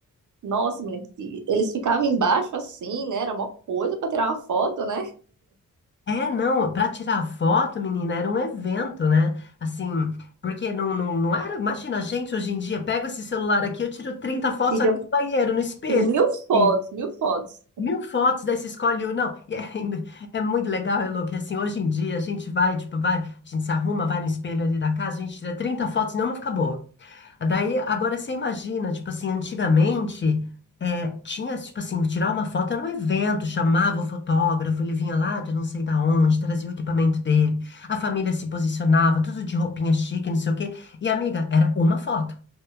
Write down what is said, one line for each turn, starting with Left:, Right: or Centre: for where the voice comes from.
Right: Nossa, menina, que- eles ficavam embaixo assim, né? Era uma coisa para tirar uma foto, né?
Left: É, não, para tirar foto, menina, era um evento, né? Assim, porque não, não, não era. Imagina, a gente hoje em dia pega esse celular aqui, eu tiro 30 fotos
Right: Tira
Left: ali no banheiro, no espelho.
Right: mil
Left: assim,
Right: fotos, mil fotos.
Left: mil fotos, daí você escolhe um. Não, e é, ainda- é muito legal, Elô, que assim, hoje em dia a gente vai, tipo, vai, a gente se arruma, vai no espelho ali da casa, a gente tira 30 fotos, não, não fica boa. Daí, agora você imagina, tipo assim, antigamente, é, tinha, tipo assim, tirar uma foto era um evento, chamava o fotógrafo, ele vinha lá de não sei da onde, trazia o equipamento dele, a família se posicionava, tudo de roupinha chique, não sei o quê. E, amiga, era uma foto.